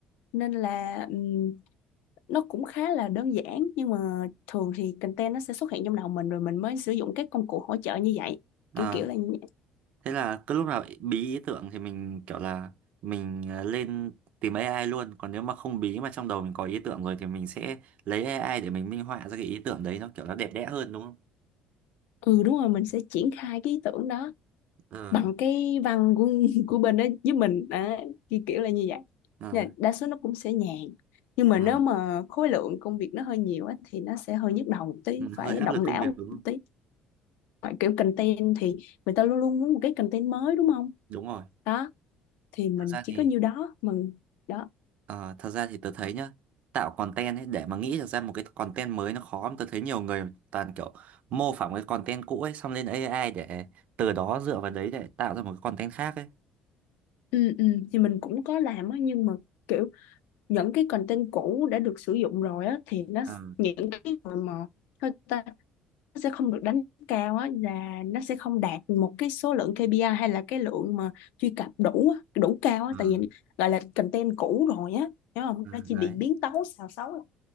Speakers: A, on the left; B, on the right.
A: nên là ừm, nó cũng khá là đơn giản nhưng mà thường thì content nó sẽ xuất hiện trong đầu mình rồi mình mới sử dụng các công cụ hỗ trợ như vậy
B: à,
A: kiểu kiểu là như vậy.
B: thế là cứ lúc nào bí ý tưởng thì mình kiểu là mình ờ, lên tìm AI luôn, còn nếu mà không bí mà trong đầu mình có ý tưởng rồi thì mình sẽ lấy AI để mình minh họa ra cái ý tưởng đấy nó kiểu nó đẹp đẽ hơn đúng không?
A: ừ đúng rồi mình sẽ triển khai cái ý tưởng đó
B: Ờ,
A: bằng cái văn của của bên đó giúp mình à, kiểu kiểu là như vậy
B: à,
A: Nên là đa số nó cũng sẽ nhàn nhưng mà
B: à,
A: nếu mà khối lượng công việc nó hơi nhiều á, thì nó sẽ hơi nhức đầu một tí
B: ừ,
A: phải
B: hơi áp
A: động
B: lực công
A: não
B: việc
A: một
B: đúng không?
A: tí Ngoài kiểu content thì người ta luôn luôn muốn một cái content mới đúng không
B: Đúng rồi.
A: đó thì mình
B: Thật ra
A: chỉ
B: thì
A: có nhiêu đó mình đó
B: Ờ, thật ra thì tớ thấy nhá tạo content ấy để mà nghĩ được ra một cái content mới nó khó lắm tớ thấy nhiều người toàn kiểu mô phỏng cái content cũ ấy xong lên AI để từ đó dựa vào đấy để tạo ra một cái content khác ấy
A: ừ, ừ. thì mình cũng có làm á nhưng mà kiểu những cái content cũ đã được sử dụng rồi á thì nó
B: ờ
A: những cái mà mà sao ta? sẽ không được đánh cao á là nó sẽ không đạt một cái số lượng KPI hay là cái lượng mà truy cập đủ á, đủ cao á
B: ờ
A: tại vì gọi là content cũ rồi á hiểu không
B: ờ,
A: nó chỉ
B: đấy
A: bị biến tấu xào xáo lại